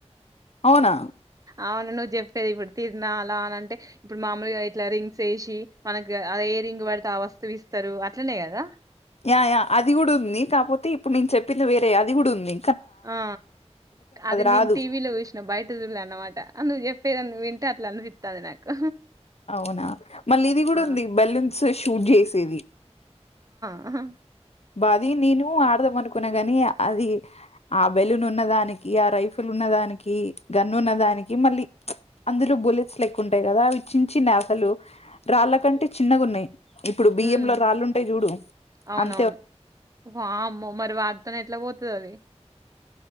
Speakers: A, on the left; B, on the right.
A: అవునా
B: అవును నువ్వు చెప్పేది ఇప్పుడు తిరునాల అలా అంటే ఇప్పుడు మామూలుగా అయి ఇట్లా రింగ్స్ ఏసి మనకు అ ఏ రింగ్ పడితే ఆ వస్తువు ఇస్తారు అట్లనే కదా
A: యా యా అది కూడా ఉంది కాకపోతే ఇప్పుడు నేను చెప్పింది వే టే అది గూడుంది
B: ఆ అది నేను
A: రాదు
B: టీవీలో చూసినా బయట చూలే అన్నమాట నువ్వు చెప్ పేరని వింటే అట్లా అనిపిస్తుంది నాకు
A: అవునా మళ్ళీ ఇది కూడా
B: ఆ
A: ఉంది బెలూన్స్ షూట్ చేసేది
B: అ హ
A: అది నేను ఆడదాం అనుకున్నా గాని అది ఆ బెలూన్ ఉన్నదానికి ఆ రైఫుల్ ఉన్నదా, మనకి గన్ను ఉన్న దానికి మళ్ళీ అందులో బుల్లెట్స్ లెక్కుంటాయ్ కదా అవి చిన్ చిన అసలు రాళ్ళ కంటే చిన్నగున్నయ్ ఇప్పుడు బియ్యం
B: హ్మ్
A: లో రాళ్ళుంటయ్ జూడు
B: అవునవును
A: అం
B: వామ్మో మరి వాడితోనే ఎట్లా పోతది అది